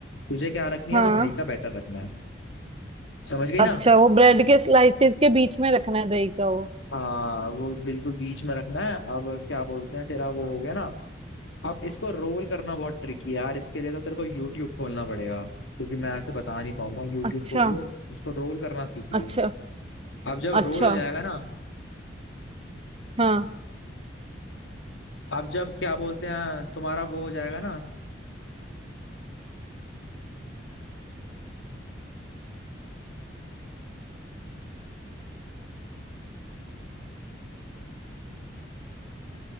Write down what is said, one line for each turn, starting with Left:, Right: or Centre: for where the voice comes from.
Left: तुझे क्या रखनी है
Right: हाँ
Left: वो दही का बैटर रखना है समझ गई
Right: अच्छा
Left: ना
Right: वो ब्रेड के स्लाइसेस के बीच में रखना है दही का वो
Left: हाँ वो बिल्कुल बीच में रखना है अब क्या बोलते हैं तेरा वो हो गया ना अब इसको रोल करना बहुत ट्रिकी है यार इसके लिए तो तेरे को यूट्यूब खोलना पड़ेगा क्योंकि मैं ऐसे बता नहीं पाऊंगा यूट्यूब
Right: अच्छा
Left: खोलियो उसको रोल करना सीख लियो
Right: अच्छा
Left: अब जब
Right: अच्छा
Left: रोल हो जाएगा ना
Right: हाँ
Left: अब जब क्या बोलते हैं तुम्हारा वो हो जाएगा ना